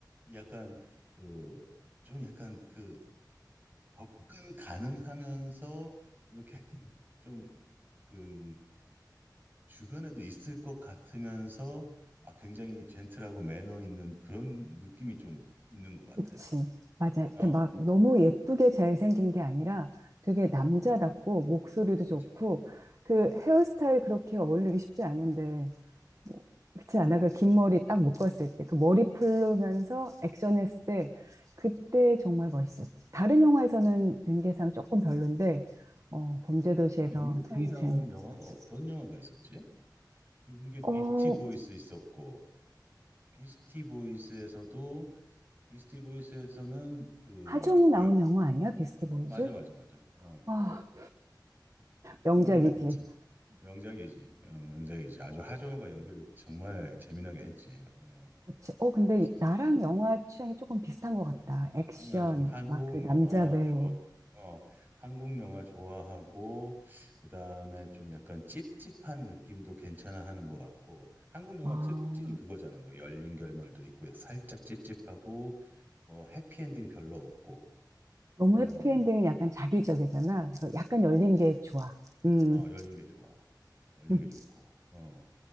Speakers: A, on the right; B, on the right.
A: 약간 그, 좀 약간 그 접근 가능하면서 이렇게 좀, 그, 주변에도 있을 것 같으면서, 아, 굉장히 젠틀하고 매너 있는 그런 느낌이 좀 있는 것
B: 그치.
A: 같아.
B: 맞아. 이렇게
A: 어,
B: 막 너무 예쁘게 잘생긴 게 아니라 되게 남자답고 목소리도
A: 그렇지.
B: 좋고 그
A: 응.
B: 헤어스타일 그렇게 어울리기 쉽지 않은데 뭐, 그렇지 않아? 그 긴 머리 딱 묶었을 때 그 머리 풀면서 액션했을 때 그때 정말 멋있었지. 다른 영화에서는 연기상 조금 별론데 어, 범죄도시에서
A: 영화 윤계상이
B: 장첸
A: 나온 영화가
B: 멋있었어.
A: 어떤 영화가 있었지? 윤계
B: 어,
A: 비스티 보이스 있었고, 비스티 보이스에서도, 비스티 보이스에서는 그,
B: 하정우
A: 뭐라,
B: 나온
A: 뭐라,
B: 영화 아니야? 비스티 보이즈?
A: 맞아, 맞아, 맞아. 어,
B: 아, 명작이지.
A: 너무 오래됐지. 명작이지. 어, 명작이지. 아주 하정우가 연기를 정말 재미나게 했지. 어,
B: 그치. 어, 근데
A: 비스트,
B: 나랑 영화 취향이 조금 비슷한 것 같다. 액션,
A: 나는 좀 한국
B: 막 그 남자
A: 영화
B: 배우.
A: 좋아, 어, 한국 영화 좋아하고, 그 다음에 좀 약간 찝찝한 느낌도 괜찮아 하는 것 같고, 한국 영화
B: 아,
A: 특징이 그거잖아. 뭐 열린 결말도 있고, 살짝 찝찝하고, 뭐 해피엔딩 별로 없고,
B: 너무
A: 그 다음에
B: 해피엔딩은
A: 막,
B: 약간 자기적이잖아. 그래서 약간
A: 어,
B: 열린
A: 그렇지.
B: 게 좋아. 음,
A: 어, 열린 게 좋아.
B: <laughs>
A: 열린
B: 음,
A: 게 좋고, 어.